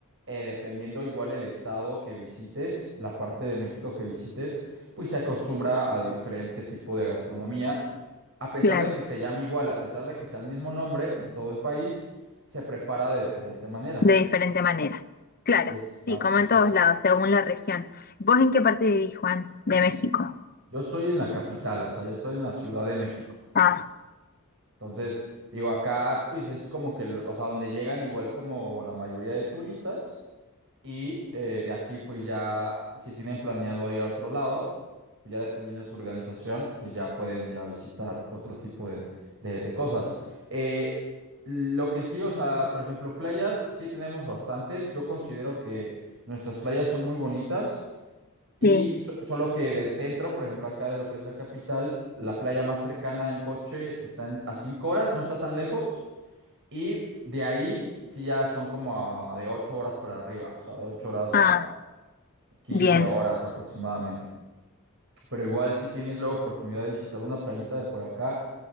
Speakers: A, on the right; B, on the left.
A: Eh, dependiendo igual el estado que visites, la parte de México que visites, pues se acostumbra a diferente tipo de gastronomía. A pesar
B: claro,
A: de que se llame igual, a pesar de que sea el mismo nombre en todo el país, se prepara de diferente manera.
B: de diferente manera. Claro,
A: Exacto,
B: sí, como
A: exacto.
B: en todos lados, según la región. ¿Vos en qué parte vivís, Juan, de México?
A: Yo estoy en la capital, o sea, yo estoy en la Ciudad de México.
B: Ah,
A: Entonces, digo, acá pues es como que, lo- o sea, donde llegan igual como la mayoría de turistas y eh, de aquí pues ya, si tienen planeado ir a otro lado, pues ya dependiendo de su organización, pues ya pueden ir a visitar otro tipo de, de- de cosas. Eh, lo que sí, o sea, por ejemplo, playas, sí tenemos bastantes. Yo considero que nuestras playas son muy bonitas. Y
B: sí,
A: so- solo que del centro, por ejemplo, acá de lo que es la capital, la playa más cercana en coche está en- a 5 horas, no está tan lejos. Y de ahí sí ya son como a- de 8 horas para arriba, o sea, de 8 horas
B: ah,
A: a quince
B: bien.
A: horas aproximadamente. Pero igual si tienes la oportunidad de visitar una playita de por acá,